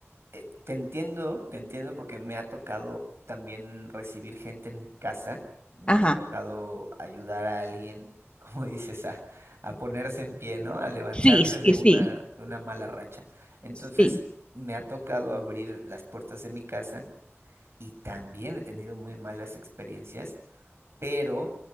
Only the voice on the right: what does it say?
eh, te entiendo, te entiendo porque me ha tocado también recibir gente en mi casa, me
ha tocado ayudar a alguien, <laughs> como dices, a, a ponerse en pie, ¿no? A levantarse
de una,
de una mala racha. Entonces,
me ha tocado abrir las puertas de mi casa y también he tenido muy malas experiencias pero